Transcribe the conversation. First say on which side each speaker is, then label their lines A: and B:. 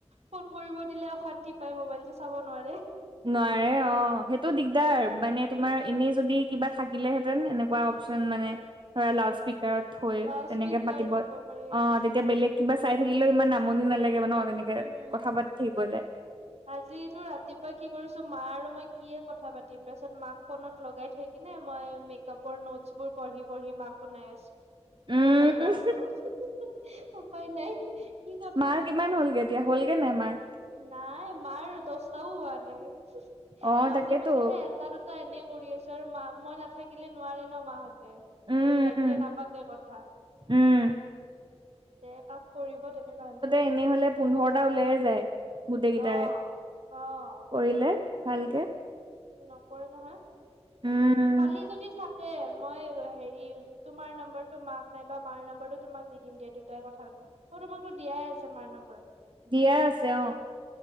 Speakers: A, on the right (about 70°); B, on the right (about 45°).
A: ফোন কৰিব দিলে অশান্তি পাই মোবাইল টো চাব নোৱাৰে
B: নোৱাৰে অ সেইটো দিগদাৰ মানে তোমাৰ এনে যদি কিবা থাকিলহেতেন এনেকুৱা অচন মানে ধৰা লাউট স্পিক কাৰত থৈ
A: অ
B: তেনেকে
A: স্পীকাৰ
B: পাতিব
A: দিব
B: অ
A: পাৰি
B: তেতিয়া বেলেগ কিবা চাই থাকিলেও ইমান আমনি নালাগে ন তেনেকে
A: উম।
B: কথা পাতি থাকিবলে
A: আজিতো ৰাতিপুৱা কি কৰিছো মা আৰু মই কিয়ে কথা পাতিম তাৰপিছত মাক ফোনত লগাই থৈ কিনে মই মেকাপ ৰ নোটছ বোৰ পঢ়ি পঢ়ি মাক শুনাই আছ
B: উম
A: বোলো হ'ব আৰু উপায় নাই সি ক'ত
B: তাৰ কিমান হলগৈ এতিয়া হ'লগে নাই আমাৰ
A: নাই মাৰ দছটাও হোৱা নাই
B: অ
A: মাজে
B: তাকেতো
A: মাজেহে এটা দু টা এনেই কৰি আছো আৰু মা মই নাথাকিলে নোৱাৰে ন মাহঁতে
B: উম
A: আৰু ভাইটিয়ে
B: উম
A: নাপাতে কথা
B: উম
A: যেআপ কৰিব তেনেকুৱা হৈছ
B: এনেহলে পোন্ধৰটা উওলাইয়ে যায় গোটেই
A: অ'।
B: কেইটাৰে
A: অ'
B: কৰিলে ভালকে
A: নকৰে নহয়
B: উম
A: কালি যদি থাক দে মই হেৰি তোমাৰ নম্বৰটো মাক নাইবা মাৰ নম্বৰটো তোমাক দি দিম দিয়া দুটাই কথা পাতি অ তোমাকতো দিয়াই আছে মাৰ নম্বৰটো
B: দিয়া আছে অ